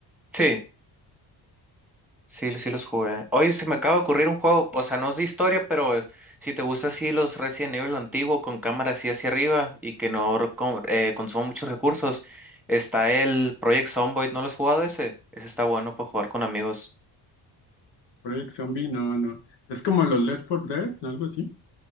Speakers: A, in the centre; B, on the left.
A: Sí, sí, sí los jugué. Hoy se me acaba de ocurrir un juego, o sea, no es de historia, pero es- si te gusta así los Resident Evil antiguo con cámara así hacia arriba y que no reco- eh, consuma muchos recursos, está el Project Zomboid, ¿no lo has jugado ese? Ese está bueno para jugar con amigos.
B: Project Zombie, no, no. Es como los Left 4 Dead, algo así.